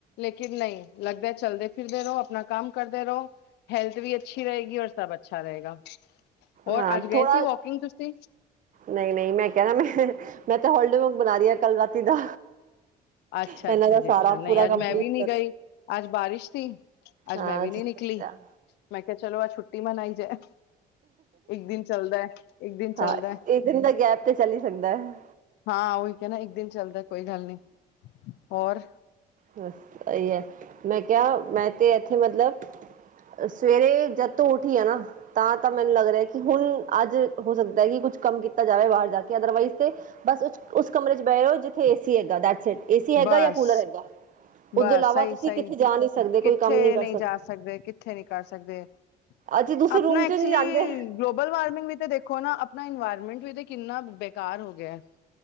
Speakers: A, on the left; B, on the right.
A: ਲੇਕਿਨ ਨ‌ਈਂ, ਲਗਦਾ ਚਲਦੇ-ਫਿਰਦੇ ਰ‌ਓ, ਆਪਣਾ ਕੰਮ ਕਰਦੇ ਰ‌ਓ। ਹੈਲਥ ਵੀ ਅੱਛੀ ਰਹੇਗੀ, ਔਰ ਸਭ ਅੱਛਾ ਰਹੇਗਾ। ਹੋਰ
B: ਹਾਂ,
A: ਅੱਜ ਗਏ
B: ਥੋੜਾ
A: ਸੀ ਵੋਕਿੰਗ ਤੁਸੀਂ
B: ਨ‌ਈਂ- ਨ‌ਈਂ ਮੈਂ ਕਿਆ, ਮੈਂ ਤਾਂ ਹੋਲਡਿਗ ਹੋਮ ਬਣਾ ਰਹੀ ਆ ਕੱਲ ਰਾਤੀ ਦਾ
A: ਅੱਛਾ
B: ਇਹਨਾਂ
A: -ਅੱਛਾ
B: ਦਾ
A: ਜੀ
B: ਸਾਰਾ
A: ਅੱਛਾ ਨਹੀਂ
B: ਪੂਰਾ
A: ਅੱਜ
B: ਕੰਪਲੀਟ
A: ਮੈਂ ਵੀ ਨਈ
B: ਕਰ
A: ਗਈ ਅੱਜ ਬਾਰਿਸ਼ ਸੀ। ਅੱਜ
B: ਹਾਂ
A: ਮੈਂ ਵੀ
B: ਤੁਸੀਂ
A: ਨੀ ਨਿਕਲੀ,
B: ਦੱਸਿਆ
A: ਮੈਂ ਕਿਹਾ ਚਲੋ ਅੱਜ ਛੁੱਟੀ ਮਨਾਈ ਜਾਏ ਇੱਕ ਦਿਨ ਚੱਲਦਾ ਐ, ਇੱਕ ਦਿਨ
B: ਹਾਂ
A: ਚੱਲਦਾ ਐ।
B: ਇੱਕ ਦਿਨ ਦਾ ਗੈਪ ਤੇ ਚੱਲ ਹੀ ਸਕਦਾ ਹੈ
A: ਹਾਂ ਉਹੀ ਕਹਿਣਾ ਇੱਕ ਦਿਨ ਚੱਲਦਾ ਕੋਈ ਗੱਲ ਨੀਂ, ਹੋਰ।
B: ਸਹੀ ਐ, ਮੈਂ ਕਿਹਾ ਮੈਂ ਤੇ ਇੱਥੇ ਮਤਲਬ ਸਵੇਰੇ ਜਦ ਤੋਂ ਉੱਠੀ ਆ ਨਾਂ ਤਾਂ -ਤਾਂ ਮੈਨੂੰ ਲੱਗ ਰਿਹਾ ਕਿ ਹੁਣ, ਅੱਜ ਹੈ ਸਕਦਾ ਐ ਕਿ ਕੁੱਛ ਕੰਮ ਕੀਤਾ ਜਾਵੇ ਬਾਹਰ ਜਾ ਕੇ ਅਦਰਵਾਈਜ਼ ਤੇ ਬਸ ਉਸ ਕਮਰੇ ਚ ਬਹਿ ਜੇ ਜਿੱਥੇ ਏਸੀ ਹੈਗਾ ਦੈਟ ਸੈੱਟ ਏਸੀ ਹੈਗਾ
A: ਬਸ
B: ਯਾ ਕੂਲਰ ਹੈਗਾ। ਉਹਦੇ
A: ਬਸ
B: ਇਲਾਵਾ
A: ਸਹੀ-
B: ਤੁਸੀਂ
A: ਸਹੀ
B: ਕਿੱਥੇ ਜਾ ਨਹੀਂ ਸਕਦੇ ਕੋਈ
A: ਕਿੱਥੇ
B: ਕੰਮ ਨਹੀਂ ਕਰ
A: ਨੀਂ ਜਾ ਸਕਦੇ ਕਿੱਥੇ ਨੀਂ ਕਰ ਸਕਦੇ
B: ਅਸੀਂ ਦੂਸਰੇ
A: ਆਪਣਾ
B: ਰੂਮ 'ਚ
A: ਐਕਚੁਲੀ
B: ਨਹੀਂ ਜਾਂਦੇ।
A: ਗਲੋਬਲ ਵਾਰਮਿੰਗ ਵੀ ਤੇ ਦੇਖੋ ਨਾ ਆਪਣਾ ਇਨਵਾਇਰਮੈਂਟ ਵੀ ਤੇ ਕਿੰਨਾ ਬੇਕਾਰ ਹੋ ਗਿਆ ਐ।